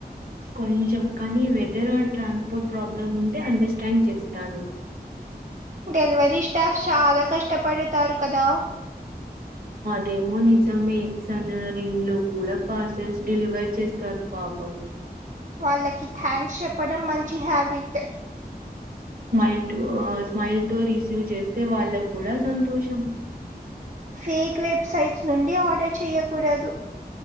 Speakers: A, on the right (about 65°); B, on the right (about 50°).
A: కొంచెం కానీ వెదర్ ఆ ట్రాన్స్పోర్ట్ ప్రాబ్లమ్ ఉంటే అండర్స్టాండ్ చేస్తాను
B: డెలివరీ స్టాఫ్ చాలా కష్టపడతారు కదా
A: దేమో నిజమే సన్ రేన్ లో కూడా పార్సల్స్ డెలివర్ చేస్తారు పాపం
B: వాళ్ళకి థ్యాంక్స్ చెప్పడం మంచి హ్యాబిట్
A: స్మైల్ స్మైల్ తో రిసీవ్ చేస్తే వాళ్ళకు కూడా సంతోషం
B: ఫేక్ వెబ్సైట్స్ నుండి ఆర్డర్ చేయ్యకూడదు